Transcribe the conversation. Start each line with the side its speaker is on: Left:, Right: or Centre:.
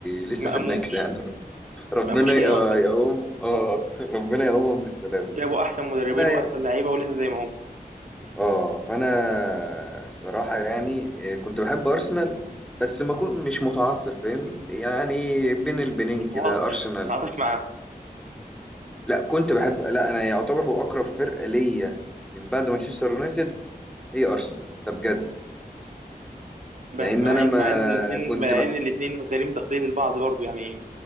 Centre: لسه
Right: ما
Centre: في
Right: قاموش
Centre: النكسه يعني رب- ربنا
Right: ما قاموش
Centre: يق-
Right: من وقتها
Centre: يقوم اه <laughs> ربنا يقومهم بالسلامه
Right: جابوا احسن مدربين
Centre: فانا
Right: واحسن
Centre: يعني
Right: لعيبه ولسه زي ما هم
Centre: اه فانا الصراحه يعني إيه، كنت بحب ارسنال بس ما كنت مش متعصب فاهمني يعني بين البنين
Right: متعاطف
Centre: كده ارسنال
Right: متعاطف معاهم
Centre: لا كنت بحب لا انا يعتبر هو اقرب فرقه ليا من بعد مانشستر يونايتد هي ارسنال ده بجد
Right: بس
Centre: لان
Right: مع
Centre: انا
Right: ان
Centre: ما
Right: مع ان الاثنين
Centre: كنت
Right: مع
Centre: بقى
Right: ان الاثنين غريم تقليد البعض برضو يعني